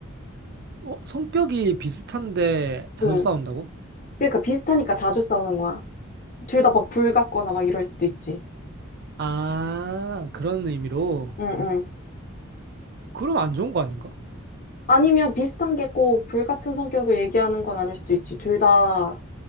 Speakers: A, on the right (about 50°); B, on the left (about 40°).
A: 어, 성격이 비슷한데 자주
B: 응.
A: 싸운다고?
B: 그러니까 비슷하니까 자주 싸우는 거야. 둘 다 막 불 같거나 막 이럴 수도 있지.
A: 아, 그런 의미로.
B: 응, 응.
A: 그럼 안 좋은 거 아닌가?
B: 아니면 비슷한 게 꼭 불 같은 성격을 얘기하는 건 아닐 수도 있지. 둘 다